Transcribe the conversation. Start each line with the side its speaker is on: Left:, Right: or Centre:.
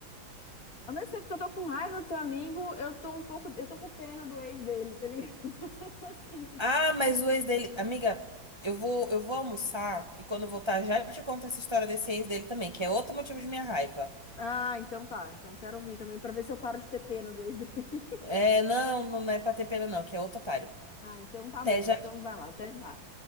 Left: Ao mesmo tempo que eu tô com raiva do teu amigo, eu tô um pouco. Eu tô com pena do ex dele, tá ligado? <laughs> Eu tô assim.
Right: Ah, mas o ex dele, amiga, eu vou, eu vou almoçar e quando eu voltar já te conto essa história desse ex dele também, que é outro motivo de minha raiva.
Left: Ah, então tá. Então quero ouvir também, pra ver se eu paro de ter pena do ex dele. <laughs>
Right: É, não, não é pra ter pena não, que é outro otário.
Left: Ah, então tá
Right: Até
Left: bom.
Right: já.
Left: Então vai lá, até já.